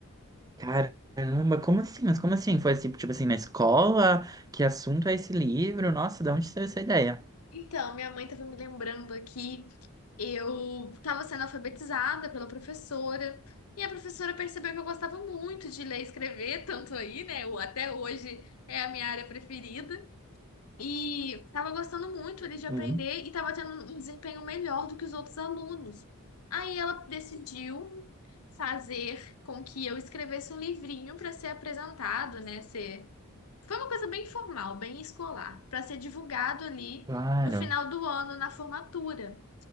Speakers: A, on the right; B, on the left.
A: Caramba, como assim? Mas como assim? Foi assim, tipo assim, na escola? Que assunto é esse livro? Nossa, de onde saiu essa ideia?
B: Então, minha mãe estava me lembrando aqui, eu estava sendo alfabetizada pela professora, e a professora percebeu que eu gostava muito de ler e escrever, tanto aí, né? eu- Até hoje é a minha área preferida. E estava gostando muito ali de aprender
A: Hum,
B: e estava tendo um desempenho melhor do que os outros alunos. Aí ela decidiu fazer com que eu escrevesse um livrinho para ser apresentado, né? Foi uma coisa bem formal, bem escolar, para ser divulgado ali
A: claro.
B: no final do ano, na formatura.